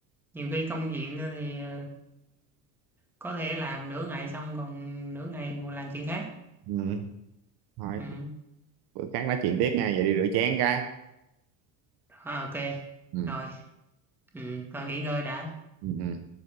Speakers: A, in the centre; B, on the right.
A: nhiều khi công việc thì ờ, có thể làm nửa ngày xong còn nửa ngày còn làm chuyện khác
B: ừ. thôi
A: ừ
B: bữa khác nói chuyện tiếp nha vậy đi rửa chén cái
A: Ờ, ok
B: ừ.
A: rồi ừ, thôi nghỉ ngơi đã
B: Ừ. ừ.